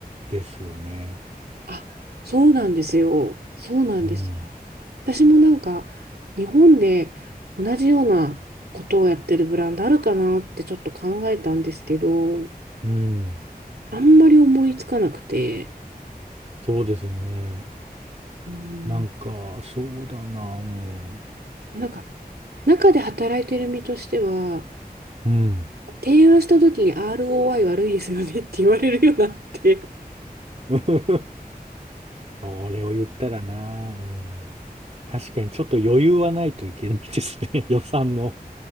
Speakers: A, on the right; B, on the right.
A: ですよね。
B: あ、そうなんですよ。そうなんですよ。
A: うん。
B: 私もなんか日本で同じようなことをやってるブランドあるかなってちょっと考えたんですけど、
A: うん。
B: あんまり思いつかなくて、
A: そうですね。
B: ね
A: なんか、そうだな。うん。
B: えなんか、中で働いてる身としては、
A: うん。
B: 提案した時に ROI 悪いですよねって言われるようになって。
A: <laughs> それを言ったらな。うん。確かにちょっと余裕はないといけないですね。<laughs> 予算の。